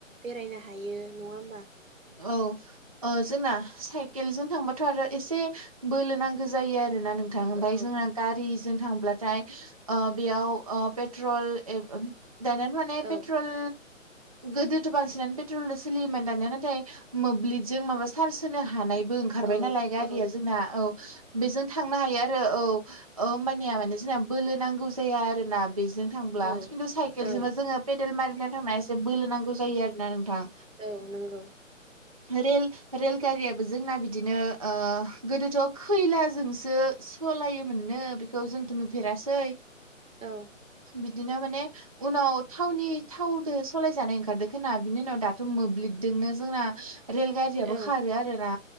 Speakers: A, on the right (about 75°); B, on the right (about 30°).
A: बेरायनो हायो नङा होमबा
B: औ जोंना साइकेलजों थांबाथ' आरो एसे बोलो नांगौ जायो आरो ना नों थां आंफाय
A: औ
B: जोंआ गारिजों थांब्लाथाय ओ बेयाव ओ पेट्रल <inaudible> दानियाथ' माने
A: औ
B: पेट्रल गोदोथ' बांसिनानो पेट्रलल' सोलियोमोन दानिया नाथाय मोब्लिबजों माबा सार्स होनो हो हानायबो ओंखारबाय
A: औ
B: नालाय गारिया
A: औ
B: जोंना औ बेजों थांनो हायो। आरो औ होमबानिया माने जोंना बोलो नांगौ जाया आरोना बेजों थांब्ला
A: औ
B: खिन्थु साइकेलजोंबो
A: औ
B: जोङो पेदेल मारिना थांना एसे बोलो नांगौ जायो आरोना नोंथां।
A: औ नंगौ।
B: रेल रेलगारियाबो जोंना बिदिनो गोदोथ' खैलाजोंसो सालायोमोननो बेखौ जोंथ' नुफेरासै
A: औ
B: बिदिनो माने उनाव थावनि थावजों सलायजानाय ओंखारदों खोना बिनि उनाव दाथ' मोब्लिबजोंनो जोंना रेल गारियाबो
A: औ
B: खारो आरोना